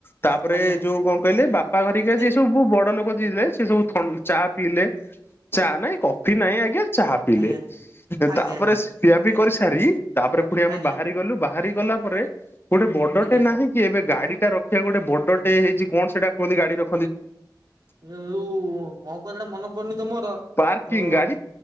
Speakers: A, on the left (about 30°); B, on the right (about 60°).
A: ତାପରେ
B: ଆଜ୍ଞା
A: ଯୋଉ କଣ କହିଲେ ବାପା ଘରିକି
B: ସେ
A: ଯିଏ ସବୁ ବଡ ଲୋକ ଯିଏଥିଲେ ସେ ସବୁ ଥ ଚା ପିଇଲେ। ଚା ନାଇଁ କଫି ନାଇଁ ଆଜ୍ଞା ଚା ପିଇଲେ
B: ଆଜ୍ଞା ଆଜ୍ଞା
A: ତାପରେ
B: ଆଜ୍ଞା
A: ପିଆପି କରିସାରି ତାପରେ ପୁଣି ଆମେ
B: ଆଜ୍ଞା
A: ବାହାରି ଗଲୁ ବାହାରି ଗଲା ପରେ ଗୋଟେ ବଡଟେ
B: ଆଜ୍ଞା।
A: ନାହିଁ। କି ଏବେ ଗାଡି ଟେ ରଖିବା ପାଇଁ ଗୋଟେ ବଡ ଟେ ହେଇଛି କଣ ସେଟା କୁହନ୍ତି ଗାଡି ରଖି
B: ଯୋଉ କଣ କହନ୍ତି ସେଟା ମନେ ପଡୁନି ତ ମୋର।
A: ପାର୍କିଂ
B: ଉ
A: ଗାଡି